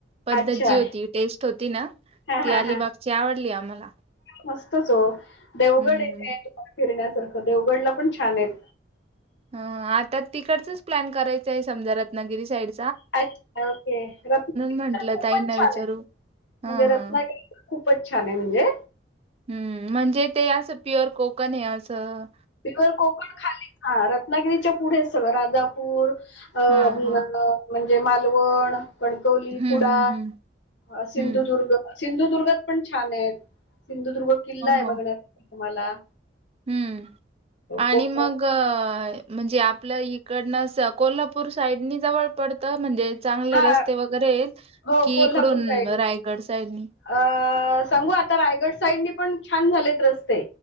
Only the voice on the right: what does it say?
पद्धत
जी होती, टेस्ट होती ना
ती
अलीबागची
आवडली आम्हाला.
हम्म
हम्म
हं आता तिकडचच प्लॅन करायचाय समजा रत्नागिरी साईड
म्हंटलं
ताईंना
विचारू हा
हा
हम्म म्हणजे ते असं प्युअर कोकणय आसं
हा
हा
हम्म
हम्म हम्म
हम्म
हो हो
हम्म आणि
मग ये म्हणजे आपल्या इकडनं स कोल्हापूर साईडनी जवळ पडतं म्हणजे चांगले
रस्ते वगैरे आहेत
कि
इकडून
रायगड साईडनी